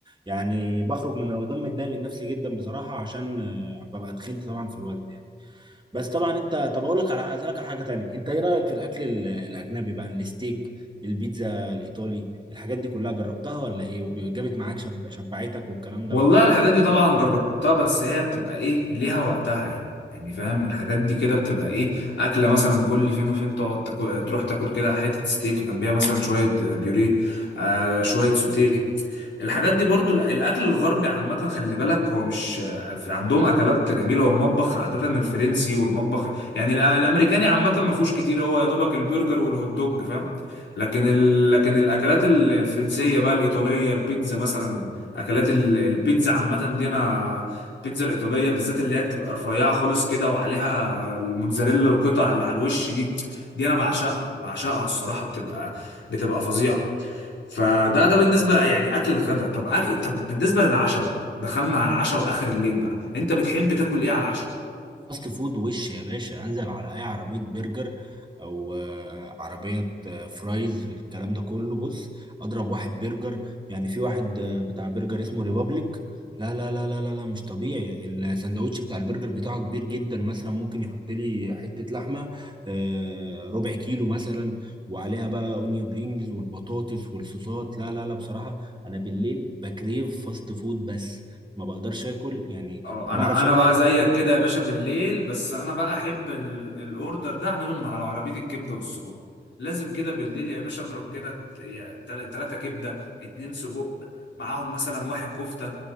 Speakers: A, on the right; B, on the left.
A: يعني بخرج من رمضان متضايق من نفسي جدا بصراحه عشان آه، ببقى تخنت طبعا في الوزن يعني بس طبعا انت طب اقول لك على اسالك على حاجه تانية انت ايه رايك في الاكل ال- الاجنبي بقى الستيك البيتزا الايطالي الحاجات دي كلها جربتها ولا ايه وجابت معاك شب... شبعتك والكلام
B: والله
A: ده ولا ايه
B: الحاجات دي طبعا جربتها بس هي بتبقى ايه ليها وقتها يعني يعني فاهم الحاجات دي كده بتبقى ايه اكله مثلا كل فين وفين تقعد تاكل تروح تاكل كده حته ستيك جنبيها مثلا شويه بيوريه آه شويه سوتيه الحاجات دي برضو ال- الاكل الغربي عامه خلي بالك هو مش في- عندهم اكلات جميله والمطبخ عاده الفرنسي والمطبخ يعني الأ- الامريكاني عامه ما فيهوش كتير هو يا دوبك البرجر والهوت دوج فاهم لكن ال... لكن الاكلات ال- الفرنسيه بقى الايطاليه البيتزا مثلا اكلات ال- البيتزا عامه دي انا البيتزا الايطاليه بالذات اللي هي بتبقى رفيعه خالص كده وعليها الموتزاريلا القطع اللي على الوش دي دي انا بعشقها بعشقها الصراحه بتبقى بتبقى فظيعه فده ده بالنسبه يعني اكل الغدا طب أكل طب بالنسبه للعشاء بقى دخلنا على العشاء واخر الليل بقى انت بتحب تاكل ايه على العشاء
A: فاست فود وش يا باشا انزل على اي عربيه برجر او آه، عربيه آه، فرايز والكلام ده كله بص اضرب واحد برجر يعني في واحد آه، بتاع برجر اسمه ريبابليك لا لا لا لا لا لا مش طبيعي الساندوتش بتاع البرجر بتاعه كبير جدا مثلا ممكن يحط لي حته لحمه آه، ربع كيلو مثلا وعليها بقى اونيون رينجز والبطاطس والصوصات لا لا لا بصراحه انا بالليل بكريف فاست فود بس ما بقدرش اكل يعني
B: اه
A: ما
B: انا
A: بعرفش
B: انا
A: بقى
B: بقى زيك كده يا باشا بالليل بس انا بقى احب ال- الاوردر ده اعمله من على عربيه الكبده والسجق لازم كده بالليل يا باشا اضرب كده ت- يا تل- تلاتة كبده اتنين سجق معاهم مثلا واحد كفته